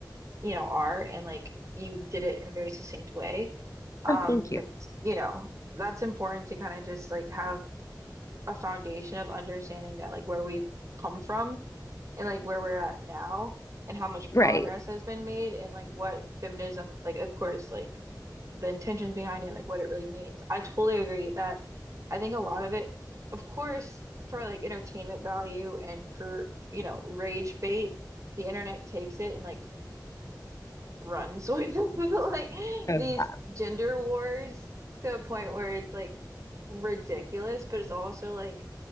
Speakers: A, on the right; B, on the left.
A: you know, are and like you did it in a very succinct way.
B: <laughs>
A: Um,
B: oh, thank
A: because,
B: you.
A: you know, that's important to kind of just like have a foundation of understanding that like where we've come from and like where we're at now and how much
B: Right.
A: progress has been made and like what feminism, like of course, like the intentions behind it, like what it really means. I totally agree that I think a lot of it, of course, for like entertainment value and for, you know, rage bait, the internet takes it and like runs with <laughs> like
B: Oh,
A: these gender wars to a point where it's like ridiculous, but it's also like